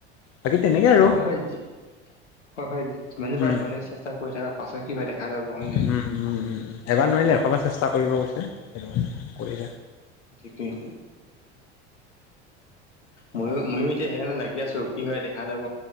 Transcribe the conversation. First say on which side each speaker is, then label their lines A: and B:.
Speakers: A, on the left; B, on the left.
A: বাকী তেনেকে আৰু
B: হয়জ হয় হয় হয় যিমানেই
A: উম,
B: পাৰে সিমানেই চেষ্টা কৰি থাকা পাছত কি হয় দেখা যাব। হয় নে নহয়?
A: উম-উম-উম-উম এবাৰ নোৱাৰিলে এশবাৰ চেষ্টা কৰিব কৈছে। সেইটো কাৰণে কৰি
B: ঠেকেই। ময়ো ময়ো এতিয়া সেইকাৰণে লাগি আছো কি হয় দেখা যাব।